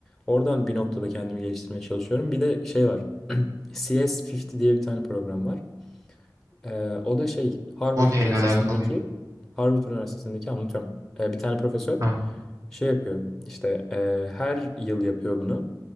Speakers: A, in the centre; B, on the right (about 50°).
A: Oradan bir noktada kendimi geliştirmeye çalışıyorum. Bir de şey var. <clears throat> CS50 diye bir tane program var. Ee, o da şey Harvard
B: O
A: Üniversitesi'ndeki
B: neyle alakalı?
A: Harvard Üniversitesi'ndeki anlatıyorum. Ee, bir tane profesör
B: Tamam.
A: şey yapıyor. İşte e, her yıl yapıyor bunu